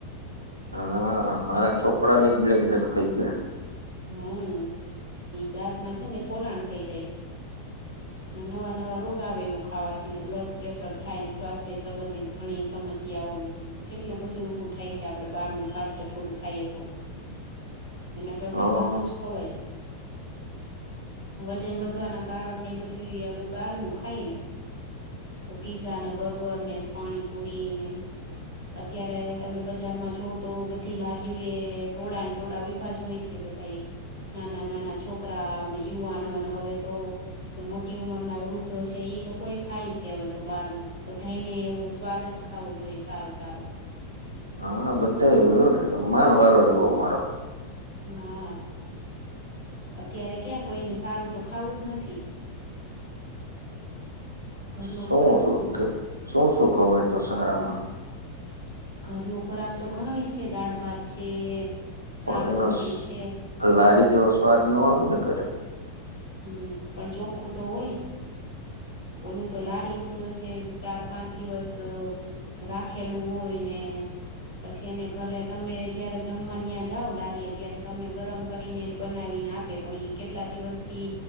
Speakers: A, on the right; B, on the left.
A: હા મારા છોકરા ને જ બ્લેક બ્લેક થઈ ગયા.
B: હમ્મ ઈ દાંતમાં છે ને પોલાણ થઈ જાય. ને નવા નવા રોગ આવે એવું ખાવાથીને બ્લડ પ્રેશર થાય, સ્વાસ્થ્ય સંબંધિત ઘણી સમસ્યાઓને કેટલું બધું ઊભું થાય છે, આપડે બહારનું ફાસ્ટ ફૂડ ખાઈએ તો. એના કરતા
A: હા
B: ઘરનું જ ખવાઈ. વજન વધવાના કારણ ને બધું ઈ બહાર નું ખાય ને. પીઝા ને, બર્ગર ને, પાણીપુરી ને. અત્યારે તમે બજારમાં જોવ તો બધી લારીઓ એ ટોળાને ટોળા ઊયભાજ હોય છે. બધાઈ નાના નાના છોકરા અને યુવાનો ને હવે તો જે મોટી ઉંમર ના વૃદ્ધો છે ઈ લોકો એ ખાય છે અવી તો બાર નું બધાયને એવું સ્વાદ જ ખાવું જોઈએ સારો સારો
A: હા બધા આવું એને માન વારો આવ્યો મારો
B: હા અત્યારે ક્યાં કોઈને સારું તો ખાવું જ નથી ઘરનો
A: શું
B: ખોરાક
A: શું
B: તો
A: કે શું શું ખવાય તો સારામાં
B: ઘર ન ખોરાક તો ઘણોય છે દાળ ભાત છે. શાક
A: પણ એનો
B: રોટલી છે
A: લારી જેવો સ્વાદ નો આવે ને કરે
B: હમ પણ ચોખ્ખું તો હોય ઓલું તો લારીનું તો છે ચાર પાંચ દિવસ રાખેલું હોય ને પછી એને ઘરે તમે જયારે જમવા ત્યાં જાાવ લારીએ ત્યારે તમને ગરમ કરીને એને બનાવીને આપ આપ પણ કેટલા દિવસ થી